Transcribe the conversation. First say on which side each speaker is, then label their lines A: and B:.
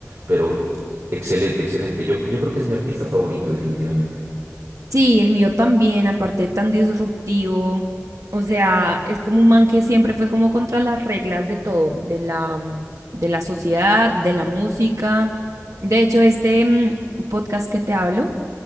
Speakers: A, on the right (about 60°); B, on the right (about 85°).
A: pero excelente, excelente. Yo, yo creo que es mi artista favorito, definitivamente.
B: Sí, el mío también, aparte tan disruptivo. O sea, es como un man que siempre fue como contra las reglas de todo, de la, mm, de la sociedad, de la música. De hecho, este mm, podcast que te hablo